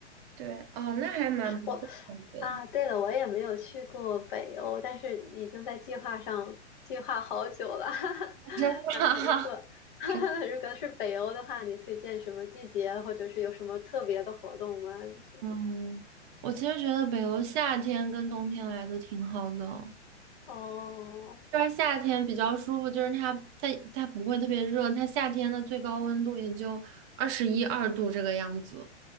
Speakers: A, on the right (about 25°); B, on the left (about 45°).
A: 对，哦，那还蛮不错的，
B: 我
A: 我觉得
B: 啊，对了，我也没有去过北欧，但是已经在计划上计划好久了。<laughs>
A: <laughs>。真的啊，
B: 啊，如果
A: <laughs>
B: <laughs>
A: 真
B: 如果是北欧的话，你推荐什么季节，或者是有什么特别的活动吗？就是
A: 嗯，我其实觉得北欧夏天跟冬天来都挺好的哦。
B: 哦，
A: 这边夏天比较舒服，就是它它它不会特别热，它夏天的最高温度也就二十一二度这个样子。